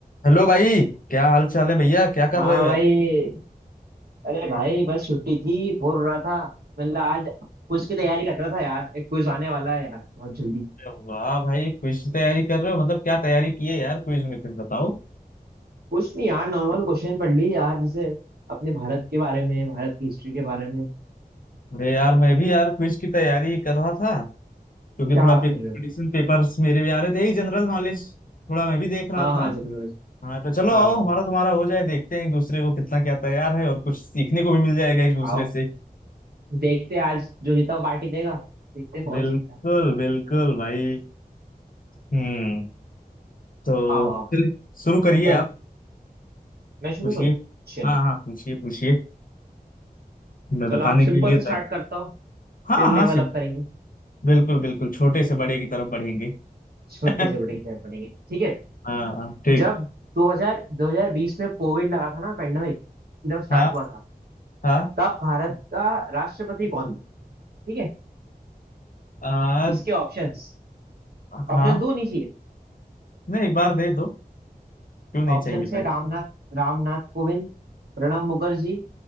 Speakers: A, on the left; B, on the right.
A: Hello भाई क्या हाल चाल है भैया क्या कर
B: हाँ
A: रहे हो यार
B: भाई अरे भाई बस छुट्टी थी बोर हो रहा था मतलब आज कुछ की तैयारी कर रहा था यार एक क्विज आने वाला है यार बहुत जल्दी
A: अरे वाह भाई क्विज की तैयारी कर रहे हो मतलब क्या तैयारी की है यार क्विज में कुछ बताओ
B: कुछ नहीं यार नॉर्मल क्वेश्चन पढ़ ली यार जैसे अपने भारत के बारे में भारत की हिस्ट्री के बारे में
A: अरे यार मैं भी यार क्विज की तैयारी कर रहा था क्योंकि
B: क्या
A: थोड़ा
B: बात
A: पे, कंपटीशन
B: कर रहे हो
A: पेपर्स मेरे भी आ रहे थे यही जनरल नॉलेज थोड़ा मैं भी देख रहा
B: हाँ हाँ
A: था
B: जरूर
A: हाँ तो चलो
B: हाँ
A: आओ हमारा तुम्हारा हो जाए देखते हैं एक दूसरे को कितना क्या तैयार है और कुछ सीखने को भी मिल जाएगा एक दूसरे
B: आओ
A: से
B: देखते हैं आज जो जीता वो पार्टी देगा देखते हैं कौन
A: बिल्कुल
B: जीतता है
A: बिल्कुल भाई हम्म तो
B: आओ आओ
A: चलिए शुरू करिए
B: करो
A: आप
B: मैं शुरू
A: पूछिए
B: करूँ चलो
A: हाँ हाँ पूछिए पूछिए मैं
B: चलो
A: बताने
B: आप सिंपल
A: के लिए
B: से
A: तैयार
B: स्टार्ट करता हूँ
A: हाँ
B: फिर लेवल
A: हाँ
B: अप करेंगे
A: बिल्कुल बिल्कुल छोटे से बड़े की तरफ बढ़ेंगे
B: छोटे
A: <laughs>
B: से बड़े की तरफ बढ़ेंगे ठीक है
A: हाँ ठीक
B: जब 2000 2020 में कोविड लगा था ना पेंडेमिक जब स्टार्ट
A: हाँ
B: हुआ था
A: हाँ
B: तब भारत का राष्ट्रपति कौन था ठीक है
A: आ,
B: इसके ऑप्शंस
A: हाँ
B: ऑप्शंस दो नहीं चाहिए
A: नहीं एक बार दे दो क्यों नहीं
B: ऑप्शंस
A: चाहिए
B: है
A: भाई
B: रामनाथ रामनाथ कोविंद प्रणब मुखर्जी